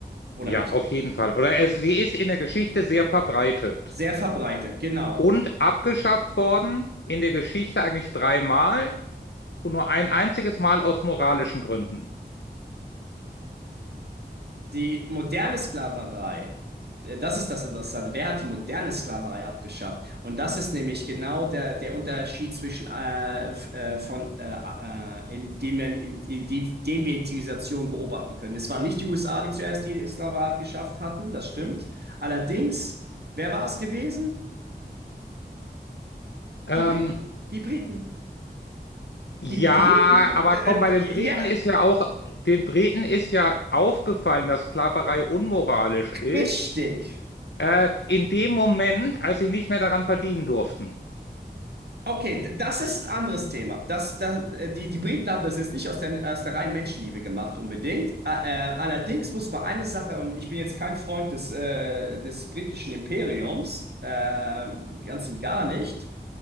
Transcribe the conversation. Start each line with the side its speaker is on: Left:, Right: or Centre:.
Right: oder
Left: Ja,
Right: nicht?
Left: auf jeden Fall. Oder es, sie ist in der Geschichte sehr verbreitet
Right: Sehr verbreitet, genau.
Left: und abgeschafft worden, in der Geschichte eigentlich dreimal und nur ein einziges Mal aus moralischen Gründen.
Right: Die moderne Sklaverei, äh, das ist das Interessante. Wer hat die moderne Sklaverei abgeschafft? Und das ist nämlich genau der, der Unterschied zwischen äh, f- äh, von äh, äh, in, den, wir in, in, die, den wir in Zivilisation beobachten können. Es waren nicht die USA, die zuerst die Sklaverei abgeschafft hatten, das stimmt. Allerdings, wer war es gewesen?
Left: Ähm,
Right: Die Briten. Die Briten.
Left: ja,
Right: Die Briten.
Left: aber
Right: Äh,
Left: komm, bei
Right: äh,
Left: den Briten
Right: ja,
Left: ist ja auch, den Briten ist ja aufgefallen, dass Sklaverei unmoralisch ist,
Right: richtig.
Left: äh, in dem Moment, als sie nicht mehr daran verdienen durften.
Right: Okay, das ist ein anderes Thema. Das, das, äh, die, die Briten haben das jetzt nicht aus der, aus der reinen Menschenliebe gemacht, unbedingt. A- Äh, allerdings muss man eine Sache, und ich bin jetzt kein Freund des, äh, des britischen Imperiums, äh, ganz und gar nicht.